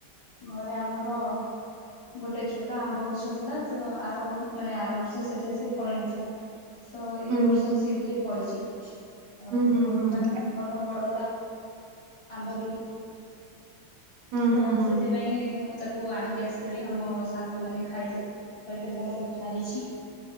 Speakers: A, on the left (about 40°); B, on the right (about 75°).
A: ଘରେ ଆମର ହ ଗୋଟେ ଛୋଟ ଆମ୍ବ ଗଛ ଥିଲା ତ ମାନେ ଆର ବର୍ଷ ସେଥିରେ ସେ ଫଳ ନଥିଲା। ତ ଏଇ
B: ହୁଁ
A: ବର୍ଷ ସେ ଟିକେ ଫଳିଛି। ଆ
B: ହୁଁ
A: ତ
B: ହୁଁ ହୁଁ।
A: ମାନେ ଘରର ବଡ ବଡ। ଆମ୍ବ ବିହ
B: ହୁଁ
A: ତ
B: ହୁଁ ହୁଁ।
A: ସେଥିପାଇଁ ମୁଁ ତାକୁ ହଉ ଆଣିି ଆ ଆମ ସାଙ୍ଗମାନୋନ ଖାଇଲେ। <inaudible> କହିଲେ ଭଲ ମିଠା ହେଇଛି।